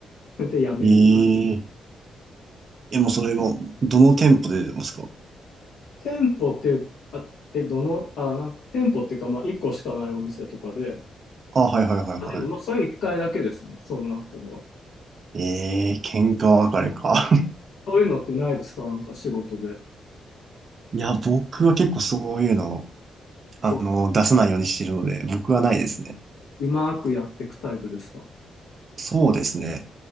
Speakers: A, on the left; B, on the right.
A: れでやめる。
B: えええ、もうそれも、どの店舗で出てますか
A: 店舗って、あ、え、どの、あ、なんか店舗っていうか、まあ1個しかないお店とかで、
B: あ、はいはいはいは
A: あでもまあそれ1回だけですね、そうなったのは。
B: い。ええ喧嘩別れか。
A: そういうのってないですかなんか仕事で。
B: <laughs> いや、僕は結構そういうの、あの、
A: こ
B: 出さないようにしてるので、僕はないですね。
A: う、うまくやっていくタイプですか
B: そうですね。